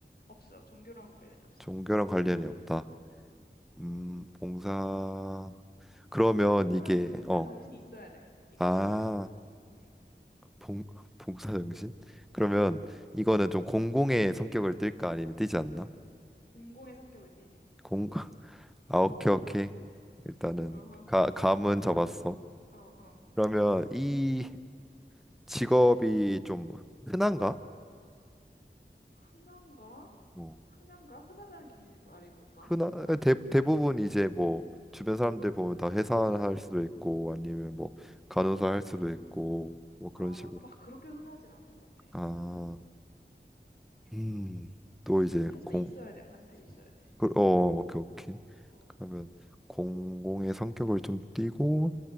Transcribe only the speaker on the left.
없어. 종교랑 관련이 없어.
음.
봉사,
봉사
정신이 있어야 돼. 이거는
약간, 음,
공공의 성격을 띠지.
어허,
어,
어, 어.
흔한가?
흔한가? 흔하다는 기준이 말이 뭘까?
약간,
음,
음.
아,
막, 막 그렇게 흔하진 않은 것 같아.
어.
하지만
있어야 돼. 반드시 있어야 돼.
어,